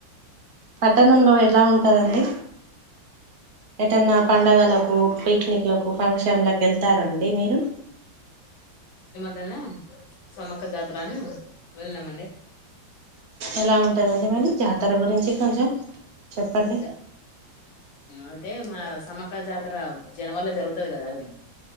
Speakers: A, on the right; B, on the left.
A: పట్టణంలో ఎలా ఉంటందండి ఎటనా పండగలకు పిక్నిక్లకు ఫంక్షన్లకు వెళ్తారాండి మీరు
B: ద సమ క్క జాతర అని వెళ్ళినామండి
A: ఎలా ఉంటదండి మళ్ళ జాతర గురించి కొంచెం చెప్పండి
B: అ అయితే మా సమ్మక జాతర జనవరిలో జరుగుతుంది కదా అండి